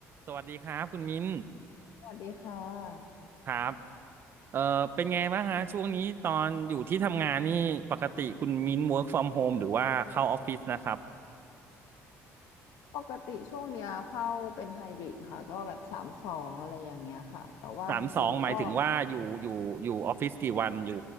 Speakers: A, on the right; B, on the left.
A: สวัสดีครับคุณมิ้น
B: สวัสดีค่ะ
A: ครับเอ่อเป็นไงบ้างฮะช่วงนี้ตอนอยู่ที่ทำงานนี่ปกติคุณมิ้น work from home หรือว่าเข้าออฟฟิศนะครับ
B: ปกติช่วงเนี้ยเข้าเป็นไฮบริดค่ะก็แบบสามสองอะไรอย่างเงี้ยค่ะแต่ว่าจริงๆก็
A: สามสองหมายถึงว่าอยู่อยู่อยู่ออฟฟิศกี่วันอยู่